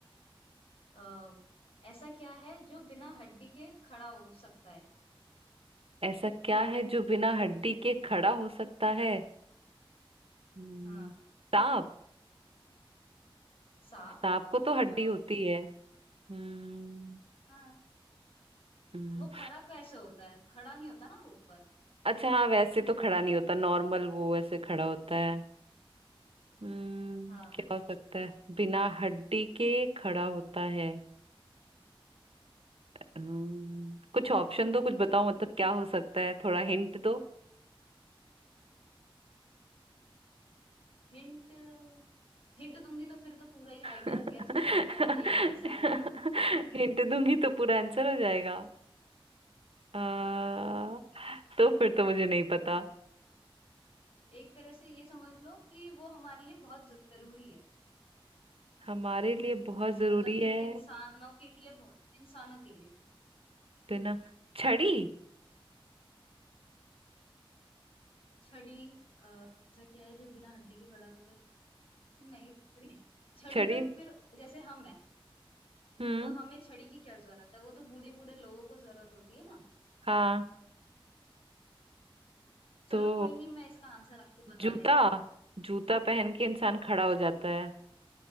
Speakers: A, on the left; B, on the right.
A: आ, ऐसा क्या है जो बिना हड्डी के खड़ा हो सकता है
B: ऐसा क्या है जो बिना हड्डी के खड़ा हो सकता है हम्म,
A: हाँ
B: सांप
A: सांप
B: सांप को तो हड्डी
A: आ,
B: होती है हम्म
A: हाँ
B: हम्म,
A: वो खड़ा कैसे होता है खड़ा नहीं होता ना वो ऊपर
B: अच्छा हाँ वैसे तो खड़ा नहीं होता नॉर्मल वो ऐसे खड़ा होता है हम्म
A: हाँ,
B: क्या हो सकता है बिना हड्डी के खड़ा होता है हम्म, कुछ ऑप्शन दो कुछ बताओ मतलब क्या हो सकता है थोड़ा हिंट दो
A: हिंट हिंट दूंगी तो फिर तो पूरा ही आइडिया
B: <laughs>
A: गैस कर लोगे आप यही आंसर है <laughs>
B: हिंट दूंगी तो पूरा आंसर हो जाएगा आ, तो फिर तो मुझे नहीं पता
A: एक तरह से ये समझ लो कि वो हमारे लिए बहुत जरूरी है
B: हमारे लिए बहुत जरूरी
A: मतलब कि
B: है
A: इंसानों के लिए बहुत इंसानों के लिए
B: बिना छड़ी
A: छड़ी ऐसा क्या है जो बिना हड्डी के खड़ा होता है नहीं छड़ी नहीं छड़ी
B: छड़ी
A: तो फिर जैसे हम है
B: हम्म
A: तो हमें छड़ी की क्या जरूरत है वो तो बूढ़े बूढ़े लोगों को जरूरत होती है ना
B: हाँ
A: चलो
B: तो
A: कोई नहीं मैं इसका आंसर आपको बता
B: जूता
A: देती हूँ
B: जूता पहन के इंसान खड़ा हो जाता है